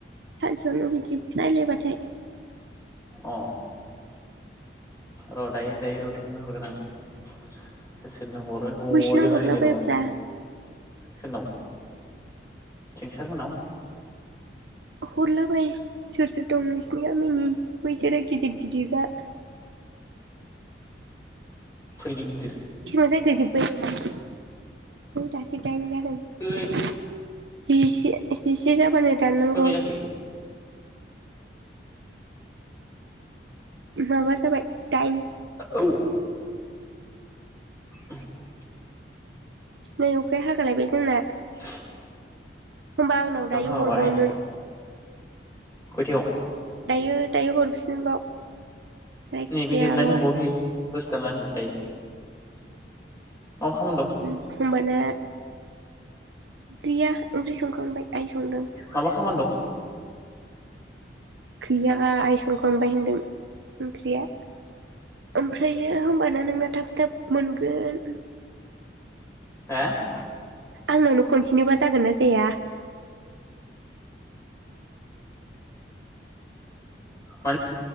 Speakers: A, on the right; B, on the left.
A: सानसेयावनो बिदि रायलायबाथाय।
B: अ र' दायो दायो र' थेनो हरगोन आं सोर सोरनो हरो
A: बैसिनाव
B: हजोबना
A: हरला
B: दिनै र'
A: बायब्रा।
B: आं सोरनाव जोंसार मोननाव।
A: हरलाबाय सोर सोर दं नोंसिनि गामिनि बैसोरो गिदिर गिदिरा।
B: फै गिदिर।
A: फिसा जागो जोब्बाय नामा नै दासो दाइन जा
B: ओइ
A: जिसि जिसे जाबानो दाननांगौ।
B: खय मिनिट जाखो
A: माबा जाबाय दाइन
B: औ। <unintelligible>
A: नै अखाया हागा हालायबाय जोंना।
B: <unintelligible>
A: होमबा आंनाव दायो
B: दाम हाबाय
A: हरबाव नों
B: खयथायाव
A: दायो दायो हरफिनबाव। जायखिजाया
B: नैबे जोबनानै
A: र
B: हरबावसै दसे थांनानै दायो आव खामानि दं।
A: होबाना गैया ओंख्रि संखांबाय आइ संदों
B: माबा खामानि दं।
A: गैया आइ संखांबाय होनदों ओंख्रिया ओमफ्रायो होनबा ना नोंना थाब थाब मोनगोन
B: हो
A: आंनावनो खनसेनोबा जागोन ना जाया
B: मानो